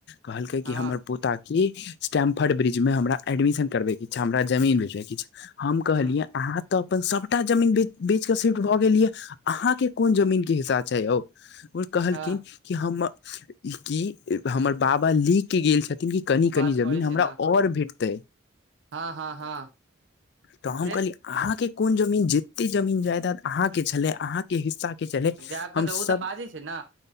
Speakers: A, on the left (about 60°); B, on the right (about 70°).
A: कहलकै
B: हँ
A: की हमर पोता की स्टेम्प फ ब्रिज मे हमरा एडमिशन करबेके छै हमरा जमीन बेचबैके हम कहलियै
B: हूँ
A: अहाँ तऽ अपन सभटा जमीन बेच बेच के सिफ्ट भऽ गेलिय अहाँके कोन जमीन के हिसा छै यौ कहलखिन
B: हँ
A: कि हम कि हमर बाबा लिख के गेल छथि ल कनि
B: ओ बात
A: कनी जमीन
B: करै
A: हमरा
B: छै ने
A: आओर भेटतै
B: हँ हँ हँ
A: तऽ हम
B: फेर
A: कहली अहाँके कोन जमीन जते जमीन जायदाद अहाँ के छलै अहाँके हिस्सा के छले
B: गायब
A: हम
B: के तऽ
A: सब
B: ओ तऽ बाजै छै ने